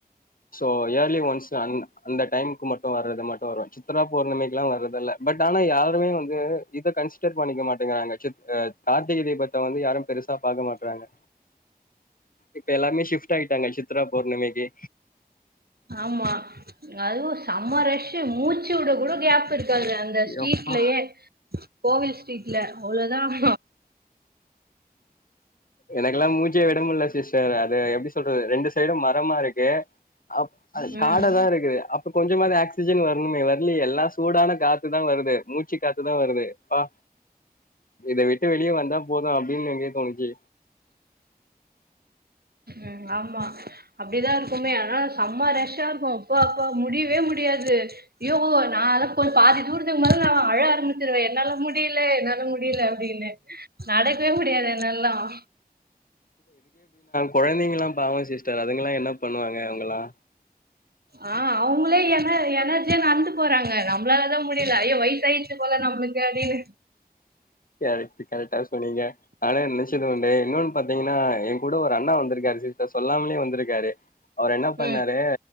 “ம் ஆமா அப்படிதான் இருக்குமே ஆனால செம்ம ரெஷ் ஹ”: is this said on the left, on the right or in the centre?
Right